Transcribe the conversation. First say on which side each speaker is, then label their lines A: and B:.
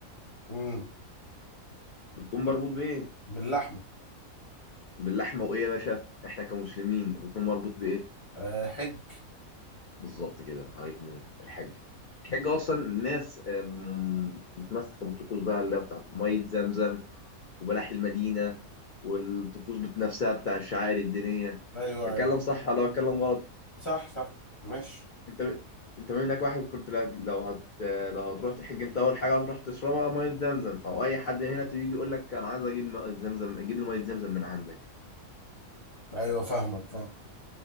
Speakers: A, on the left (about 35°); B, on the left (about 85°).
A: امم
B: بيكون مربوط بايه
A: باللحمة
B: باللحمة وايه يا باشا احنا كمسلمين بيكون مربوط بايه
A: أه حج
B: بالظبط كده عليك نور الحاج الحاج اصلا الناس آم، متمسكه بالطقوس بقى اللي هي بتاعت ميه زمزم وبلح المدينه والطقوس بت- نفسها بتاع الشعائر الدينيه
A: ايوه
B: بتكلم
A: ايوه
B: صح ولا بتكلم غلط
A: صح صح ماشي
B: انت انت منك واحد كنت لا- لو هت لو هتروح تحج انت اول حاجه هتروح تشربها ميه زمزم او اي حد هنا تيجي يقول لك انا عايز اجيب ميه زمزم اجيب لي ميه زمزم من عندك
A: ايوه فاهمك فاهم